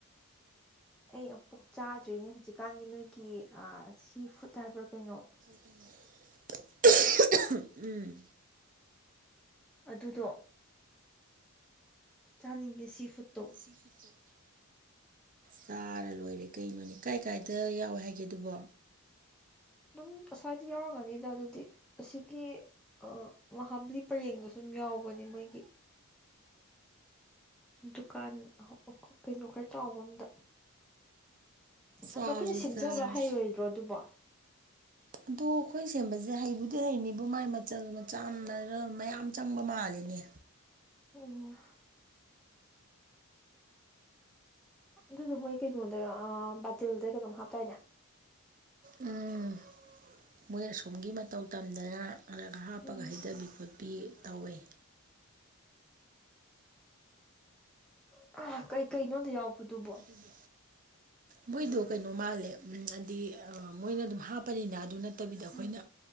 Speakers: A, in the centre; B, on the right.
A: ꯑꯩ ꯑꯝꯄꯨꯛ ꯆꯥꯗ꯭ꯔꯤꯅꯦ ꯍꯧꯖꯤꯛꯀꯥꯟꯒꯤ ꯅꯣꯏꯒꯤ ꯑꯥ ꯁꯤ ꯐꯨꯗ ꯍꯥꯏꯕ꯭ꯔꯥ ꯀꯩꯅꯣ
B: <unintelligible> ꯎꯝ
A: ꯑꯗꯨꯗꯣ ꯆꯥꯅꯤꯡꯉꯦ ꯁꯤ ꯐꯨꯠꯇꯣ
B: <unintelligible> ꯆꯥꯔꯥ ꯂꯣꯏꯔꯦ ꯀꯩꯅꯣꯅꯤ ꯀꯥꯏ ꯀꯥꯏꯗ ꯌꯥꯎꯋꯦ ꯍꯥꯏꯒꯦ ꯑꯗꯨꯕꯣ
A: ꯑꯗꯨꯝ ꯑꯁ꯭ꯋꯥꯏꯗ ꯌꯥꯎꯔꯝꯒꯅꯤꯗ ꯑꯗꯨꯗꯤ ꯑꯁꯤꯒꯤ ꯑꯥ ꯃꯍꯥꯕ꯭ꯂꯤ ꯄꯔꯦꯡꯗ ꯁꯨꯝ ꯌꯥꯎꯕꯅꯦ ꯃꯣꯏꯒꯤ ꯗꯨꯀꯥꯟ ꯀꯩꯅꯣ ꯈꯔ ꯆꯥꯎꯕ ꯑꯝꯗ
B: ꯆꯥꯔꯁꯦ
A: ꯑꯗꯣ ꯑꯩꯈꯣꯏꯅ ꯁꯦꯝꯖꯕ
B: ꯆꯥꯔꯁꯦ
A: ꯍꯩꯔꯣꯏꯗ꯭ꯔꯣ ꯑꯗꯨꯕꯣ
B: ꯑꯗꯣ ꯑꯩꯈꯣꯏ ꯁꯦꯝꯕꯁꯦ ꯍꯩꯕꯨꯗꯤ ꯍꯩꯅꯤꯕꯨ ꯃꯥꯏ ꯃꯆꯜ ꯃꯆꯥ ꯃꯌꯥꯝ ꯆꯪꯕ ꯃꯥꯂꯦꯅꯦ
A: ꯎꯝ ꯑꯗꯨꯗꯣ ꯃꯣꯏ ꯀꯩꯅꯣꯗ ꯕꯥꯇꯤꯜꯗ ꯀꯩꯅꯣꯝ ꯍꯥꯞꯇꯥꯏꯅꯦ
B: ꯎꯝ ꯃꯣꯏ ꯑꯁꯣꯝꯒꯤ ꯃꯇꯧ ꯇꯝꯗꯅꯂꯒ ꯍꯥꯞꯄꯒ
A: ꯑꯥ
B: ꯍꯩꯊꯕꯤ ꯈꯣꯠꯄꯤ ꯇꯧꯋꯦ
A: ꯑꯣ ꯑ ꯀꯩꯀꯩꯅꯣꯗ ꯌꯥꯎꯕꯗꯨꯕꯣ
B: ꯏꯕꯨ ꯃꯣꯏꯗꯣ ꯀꯩꯅꯣ ꯃꯥꯜꯂꯦ ꯍꯥꯏꯗꯤ ꯃꯣꯏꯅ ꯑꯗꯨꯝ ꯍꯥꯞꯄꯅꯤꯅ ꯑꯗꯨ ꯅꯠꯇ ꯅꯠꯇꯕꯤꯗ ꯑꯩꯈꯣꯏꯅ
A: ꯑꯥ